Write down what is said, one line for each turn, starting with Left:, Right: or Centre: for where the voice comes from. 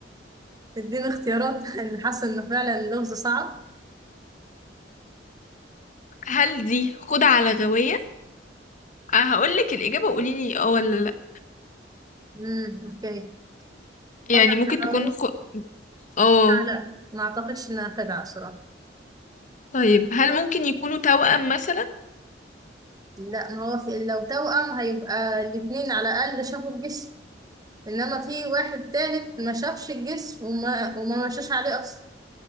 Right: اديني اختيارات <laughs> انا حاسه انه فعلا اللغز صعب
Left: هل دي خدعة على غواية أه هقولك الإجابة قوليلي اه ولا لأ
Right: امم اوكي خدعة
Left: يعني ممكن
Right: حضارية
Left: تكون خ... اه
Right: لا ما اعتقدش انها خدعة بصراحة
Left: طيب هل ممكن يكونوا توأم مثلا
Right: لا ما هو في لو توأم هيبقى الاتنين على الاقل شافوا الجسم انما في واحد تالت ما شافش الجسم وما وما مشاش عليه اصلا